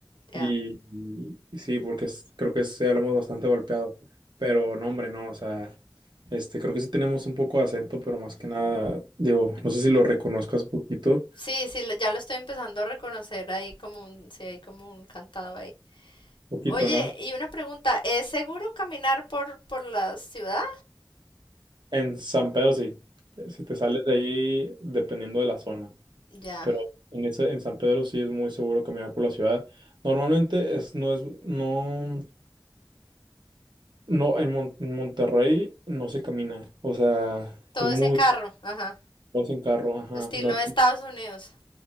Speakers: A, on the right (about 70°); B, on the left (about 85°).
A: y,
B: ya.
A: y sí, porque es- creo que sí hablamos bastante golpeado, pero no, hombre, no, o sea, este, creo que sí tenemos un poco de acento, pero más que nada, digo, no sé si lo reconozcas poquito,
B: Sí, sí, lo- ya lo estoy empezando a reconocer ahí como un, sí, hay como un cantado ahí.
A: poquito,
B: Oye,
A: ¿no?
B: y una pregunta, ¿es seguro caminar por, por la ciudad?
A: En San Pedro sí, si te sales de ahí, dependiendo de la zona.
B: Ya.
A: pero en ese, en San Pedro sí es muy seguro caminar por la ciudad. Normalmente es, no es, no, no, en, Mon- en Monterrey no se camina, o sea,
B: Todo
A: es
B: es
A: muy,
B: en carro, ajá.
A: vas en carro, ajá,
B: Estilo
A: no,
B: Estados Unidos,